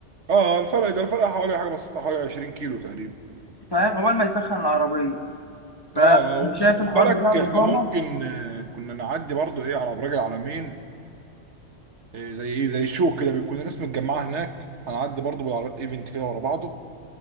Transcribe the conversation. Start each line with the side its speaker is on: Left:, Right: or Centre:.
Right: اه آه، الفرق ده الفرق حوالي حاجة بسيطة حوالي 20 كيلو تقريبا
Left: فاهم اول ما يسخن العربيه فشايف
Right: اه آه، وخد
Left: الحوار
Right: بالك
Left: بتاع الاقامه
Right: احنا ممكن آه، كنا نعدي برضو ايه على ابراج العلمين إيه زي ايه زي شو كده بيكون الناس متجمعه هناك هنعدي برضو بالعربيات ايفنت كده ورا بعضه